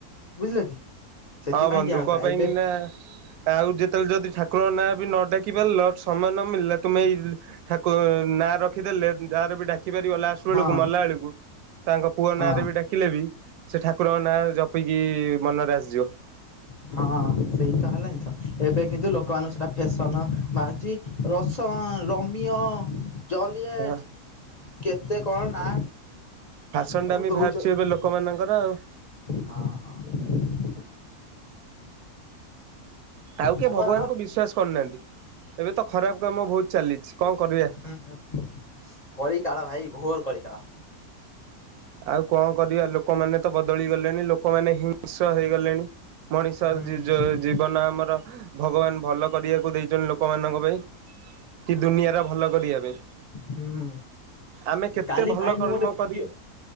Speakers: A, on the left; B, on the right.
A: ବୁଝିଲ କି। ସେଥିପାଇଁ
B: ହଁ ବନ୍ଧୁ
A: ଦିଆ ହଉଥିଲା
B: କ ପାଇଁ
A: ଏବେ
B: କିନା ଆଉ ଯେତେବେଳେ ଯଦି ଠାକୁରଙ୍କ ନାଁ ବି ନ ଡାକି ପାରିଲ ସମୟ ନ ମିଳିଲେ ତୁମେ ଏଇ ଠାକୁର ନାଁ ରଖିଦେଲେ ଯାହାର ବି ଡାକ। ଦେଖି ପାରିବ ଲାଷ୍ଟ ବେଳକୁ
A: ହଁ
B: ମଲା ବେଳକୁ ତାଙ୍କ ପୁଅ
A: ହଁ
B: ନାଁରେ ବି ଡାକି ଡାକିଲେବି ବି ସେ ଠାକୁରଙ୍କ ନାଁ ଜପିକି ମନରେ ଆସିଯିବ।
A: ହଁ ସେଇ ତ ହେଲା ଜିନିଷ ଏବେ କିନ୍ତୁ ଲୋକମାନଙ୍କୁ ସେଇଟା ଫ୍ୟାସନ ବାହାରୁଛି। ରସନ, ରମିୟ। ଜଲିଏଟେ
B: ହଁ
A: କେତେ କଣ ନା
B: ଫାସନ
A: ସବୁ
B: ଡାମି
A: ଦଉଛନ୍ତି।
B: ବାହାରୁଛି ଏବେ ଲୋକମାନଙ୍କର ଆଉ।
A: ହଁ ହଁ।
B: ଆଉ କିଏ
A: ମୁଁ
B: ଭଗବାନଙ୍କୁ
A: ବା
B: ବିଶ୍ଵାସ କରୁନାହାଁନ୍ତି। ଏବେ ତ ଖରାପ କାମ ବହୁତୁ ଚାଲିଛି କଁ କରିବା।
A: ହୁଁ ହୁଁ। କଳି କାଳ ଭାଇ ଘୋର କଳି କାଳ।
B: ଆଉ କଁ କରିବା ଲୋକମାନେ ତ ବଦଳି ଗଲେଣି ଲୋକମାନେ ହିଂସ ହେଇଗଲେଣି। ମଣିଷ
A: ହୁଁ।
B: ଜିଜ ଜୀବନ ଆମର ଭଗବାନ ଭଲ କରିବାକୁ ଦେଇଛନ୍ତି ଲୋକମାନଙ୍କ ପାଇଁ। କି ଦୁନିଆର ଭଲ କରିବା ରେ।
A: ହୁଁ
B: ଆମେ କେତେ
A: କାଲି
B: ଭଲ
A: ଭାଇ ମୁଁ
B: କର୍ମ
A: ଗୋଟେ ଭିଡିଓ
B: କରିକି।